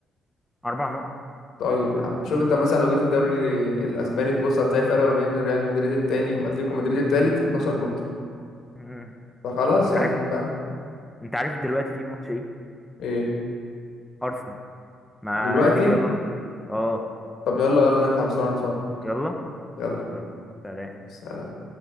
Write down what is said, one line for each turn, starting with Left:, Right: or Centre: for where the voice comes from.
Centre: اربع نقط
Left: طيب يا عم شوف انت مثلا لو جيت في الدوري الاسباني تبص هتلاقي الفرق ما بين ريال مدريد التاني واتليتيكو مدريد التالت 12 نقطة
Centre: مم.
Left: فخلاص
Centre: انت
Left: يعني
Centre: عارف
Left: فاهم
Centre: انت عارف دلوقتي في ماتش ايه
Left: ايه
Centre: ارسنال ما
Left: دلوقتي
Centre: تيجي يلا اه
Left: طب يلا يلا نلحق بسرعة نتفرج
Centre: يلا
Left: يلا
Centre: يلا سلام
Left: سلام